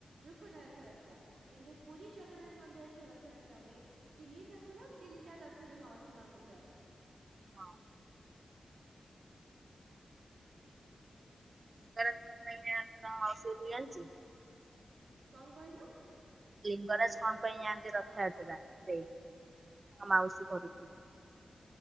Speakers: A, on the right; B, on the right.
A: ରୁକୁନା ରଥଯାତ୍ରା କିନ୍ତୁ ପୁରୀ ଜଗନ୍ନାଥ ମନ୍ଦିରରେ ଯୋଉ ରଥଯାତ୍ରା ହୁଏ। ତିନି ଠାକୁର ତିନ୍ ଟା ରଥରେ ମାଉସୀ ମାଙ୍କୁ ଯାଆନ୍ତି।
B: ହଁ। ଥରେ କଣ ପାଇଁ ଯାଆନ୍ତି ତାଙ୍କ ମାଉସୀ ଘରୁକୁ ଯାଣଚୁ?
A: କଣ କହିଲୁ?
B: ଲିଙ୍ଗରାଜ କଣ ପାଇଁ ଯାଆନ୍ତି ରଥଯାତ୍ରା ରେ ତାଙ୍କ ମାଉସୀ ଘରୁକୁ।